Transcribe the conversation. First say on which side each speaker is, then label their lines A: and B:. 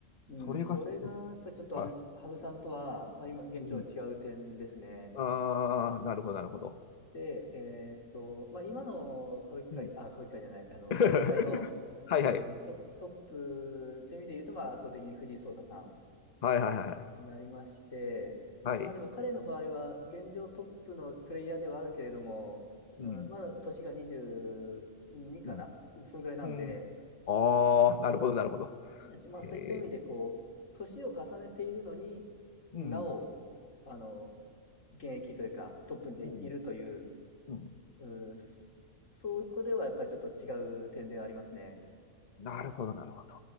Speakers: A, on the left (about 70°); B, on the left (about 35°).
A: うん、
B: それがす、
A: それが、やっぱりちょっと、
B: はい。
A: あの、羽生さんとは、まあ、今、現状違う点ですね。
B: うんああ、なるほど、なるほど。
A: で、えーっと、まあ、今の歌舞伎界、
B: うん。
A: あ、歌舞伎界じゃない、あの、
B: <laughs>
A: 将棋界の、
B: はいはい。
A: あの、ト、トップという意味で言うと、まあ、圧倒的に藤井聡太さん
B: はいはいはいはい。
A: になりまして、
B: はい。
A: まあ、でも彼の場合は、現状トップのプレイヤーではあるけれども、うん、
B: うん。
A: まだ年が22かな、
B: うん。
A: そのぐらいなんで、
B: うん。ああ、なるほど、なるほど。
A: えっと、まあ、
B: へえ。
A: そういった意味で、こう、年を重ねているのになお、
B: うん。
A: あの、現役というか、トップでいるという、
B: うん。うん。
A: うん、そそこではやっぱりちょっと違う点ではありますね。
B: なるほど、なるほど。